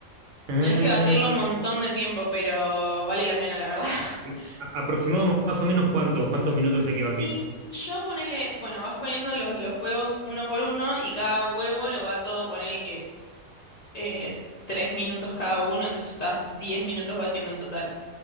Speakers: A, on the right (about 75°); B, on the left (about 60°).
A: Ah,
B: Tenés que batirlo un montón de tiempo, pero vale la pena, la verdad. <laughs>
A: sí. A- aproximado más o menos cuántos, cuántos minutos
B: Mm,
A: hay que batir.
B: Y yo ponele, bueno, vas poniendo los, los huevos uno por uno y cada huevo lo bato, ponele que eh, tres minutos cada uno, entonces estás diez minutos batiendo en total,